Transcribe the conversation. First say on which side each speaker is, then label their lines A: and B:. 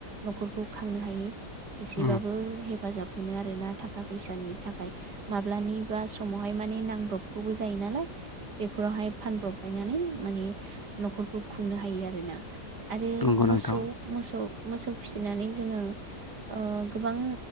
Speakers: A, on the right; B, on the left.
A: न'खरखौ खांनो हायो एसेबाबो
B: उम
A: हेफाजाब मोनो आरोना थाखा फैसानि थाखाय माब्लानिबा समावहाय माने नांब्रबगौबो जायो नालाय बेफोरावहाय फानब्रबलायनानै माने न'खरखौ खुंनो हायो आरोना आरो
B: नंगौ
A: मोसौ
B: नोंथां
A: मोसौ मोसौ फिसिनानै जोङो ओ गोबां